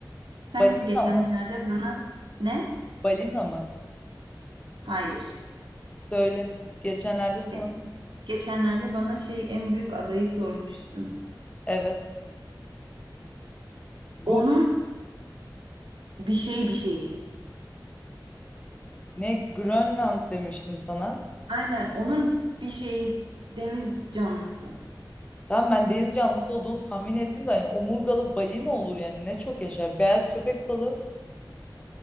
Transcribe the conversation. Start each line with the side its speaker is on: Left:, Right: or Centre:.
Right: Sen
Left: balina
Right: geçenlerde
Left: mı?
Right: bana ne?
Left: Balina mı?
Right: Hayır.
Left: Söyle. Geçenlerde sana
Right: E, Geçenlerde bana şey en büyük adayı sormuştun.
Left: evet. Go
Right: Onun bir şeyi bir şeyi.
Left: ne Grönland demiştim sana.
Right: Aynen onun bir şeyi deniz canlısı.
Left: Tamam ben deniz canlısı olduğunu tahmin ettim de hani omurgalı balina olur yani ne çok yaşar. Beyaz köpek balığı.